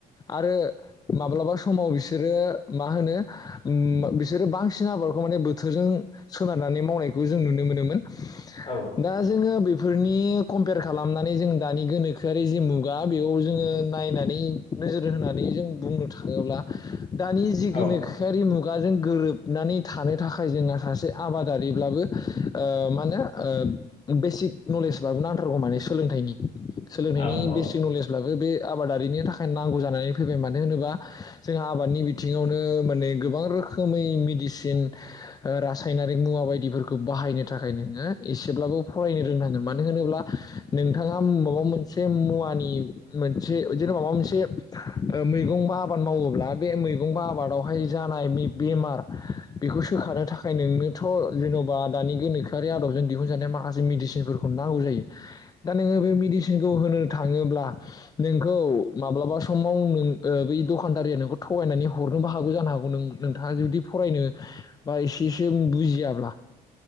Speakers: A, on the left; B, on the left.
A: आरो माब्लाबा समाव बिसोरो मा होनो उम बिसोर आरो बांसिन आबादखौ माने बोथोरजों सोनारनानै मावनायखौ जों नुनो मोनोमोन।
B: औ
A: दा जोङो बेफोरनि कम्पेयार खालामनानै जों दानि गोनोखोआरि जि मुगा बेयाव जोङो नायनानै नोजोर होनानै जों बुंनो थाङोब्ला दानि जि
B: औ
A: गोनोखोआरि मुगाजों गोरोबनानै थानो थाखाय जोङो सासे आबादारिब्लाबो ओ मा होनो ओ बेसिक नलेजबाबो नांथारगौ माने सोलोंथाइनि सोलोंथाइनि
B: औ
A: बेसिक नलेजब्लाबो बे आबादारिनि थाखाय नांगौ जानानै फैबाय मानो होनोबा जोंहा आबादनि बिथिङावनो माने गोबां रो रोखोमै मेदिसिन रासायनारिक मुवा बायदिफोरखौ बाहायनो थाखाय नोङो एसेब्लाबो फरायनो रोंनांगोन मानो होनोब्ला नोंथाङा माबा मोनसे मुवानि मोनसे माबा मोनसे मैगं बा आबाद मावोब्ला बे मैगं बा आबादावहाय जानाय बे बेमार बेमार बेखौ सोखानो थाखाय नोंनोथ' जेन'बा दानि गोनोखोआरि आदबजों दिहुनजानाय माखासे मेडिसिनफोरखौ नांगौ जायो दा नोङो बे मेडिसिनखौ होनो थाङोब्ला नोंखौ माब्लाबा समाव ओ बै दखानदारिया नों थगायनानै हरो नोबो हागौ जानो हागौ नों नोंथाङा जुदि फरायनो बा एसेसो बुजियाब्ला।